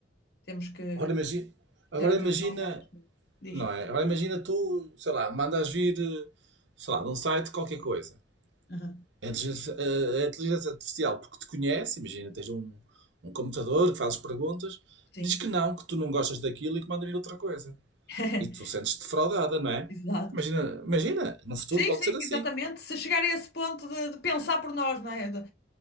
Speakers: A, on the left (about 60°); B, on the right (about 75°).
A: Temos que
B: Agora imagina, agora
A: ter atenção
B: imagina,
A: em algumas coisas. Diz.
B: não é? Agora imagina tu, sei lá, mandas vir, eh, sei lá, de um site qualquer coisa.
A: Aham.
B: A inteligência, a- a inteligência artificial, porque te conhece, imagina, tens um, um computador que fazes perguntas,
A: Sim,
B: diz que não, que tu não gostas daquilo e que manda vir outra coisa.
A: <laughs>
B: E tu sentes-te defraudada, não é?
A: exato.
B: Imagina, imagina, no futuro
A: Sim,
B: pode
A: sim,
B: ser assim.
A: exatamente. Se chegar a esse ponto de, de pensar por nós, não é? De-